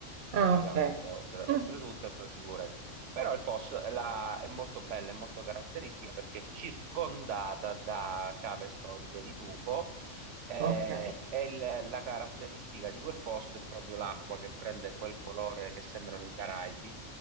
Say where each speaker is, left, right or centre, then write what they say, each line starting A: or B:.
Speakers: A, on the right; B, on the right.
A: Ah,
B: praticamente,
A: ok.
B: oltre-
A: Mm,
B: oltretutto, e poi figurati. Però il posto la- è molto bella, è molto caratteristica perché è circondata da cave storiche di tufo eh,
A: Ok.
B: e il- la caratteristica di quel posto è proprio l'acqua che prende quel colore che sembrano i Caraibi